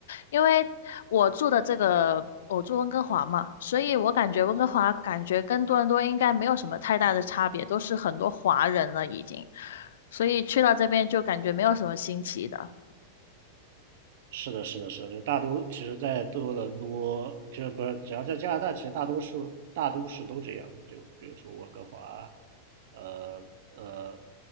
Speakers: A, on the left (about 80°); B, on the right (about 60°).
A: 因为我住的这个，我住温哥华嘛，所以我感觉温哥华感觉跟多伦多应该没有什么太大的差别，都是很多华人了已经，所以去到这边就感觉没有什么新奇的。
B: 是的，是的，是的，就大都，其实，在多伦多，就是不是，只要在加拿大，其实大多数大都市都这样的。就比如说温哥华，呃呃